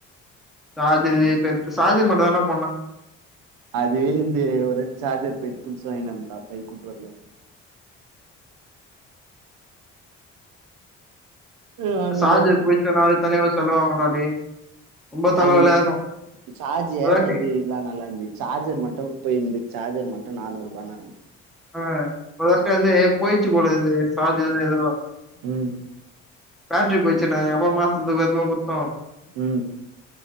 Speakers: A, in the centre; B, on the right (about 65°).
A: சார்ஜரு பெட் சார்ஜர் மட்டுதான்டா போட்னு
B: அதுவே வந்து ரெட் சார்ஜர் போயிட்டு புதுசு வாங்கிடு வந்தாப் போய் கூப்ற குள்ள நானூறுபா
A: சாஜர் போயிச்சுன்னாவே தனியாவே செலவாகுண்டா டேய் ரொம்ப தலவலியா
B: அது
A: இருக்கு
B: சார்ஜ்
A: ஒருவாட்டி
B: ஏர்றது எல்லா நல்லா இருந்து சார்ஜர் மட்டு போயிருந் சார்ஜர் மட்டு நானூறுபான்னாங்க
A: ஆஹ் ஒரு வாட்ட வந்து போயிச்சு போல இது சார்ஜரோ எதோ
B: ம்
A: பேட்ரி போயிச்சுன்னாக அப்ப மாத்துறதுக்கு எடுத்துனு போய் குத்தோ
B: ம்